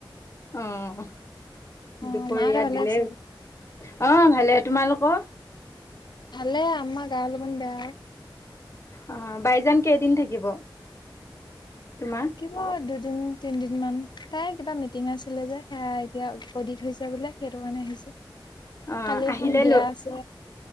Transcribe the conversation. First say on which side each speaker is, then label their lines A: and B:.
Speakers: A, on the left; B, on the left.
A: অ দুপৰীয়া
B: অ মাহঁতে ভালে
A: দিলে
B: আছে
A: অ ভালে তোমালোকৰ
B: ভালে আমাৰ গা অলপমান বেয়া আৱ
A: অ' বাইজান কেইদিন থাকিব তোমাৰ?
B: থাকিব দু দুদিন তিনদিন মান তাই কিবা মিটিং আছিলে যে সেয়া এতিয়া উৎপদিত হৈছে বোলে সেইতো কাৰণে আহিছে
A: অ'
B: কালি
A: আহিলে
B: এখন বিয়া
A: লৈ
B: আছে